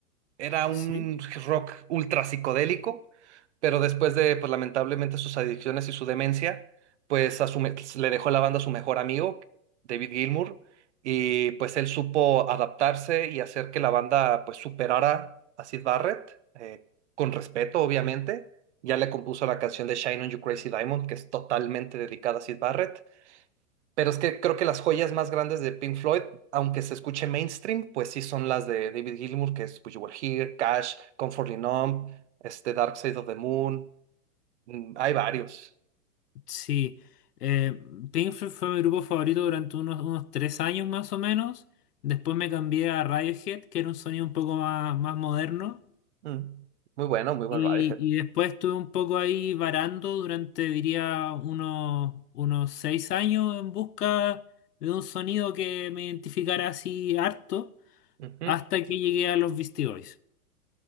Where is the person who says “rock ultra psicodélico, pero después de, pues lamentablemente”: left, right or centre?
Right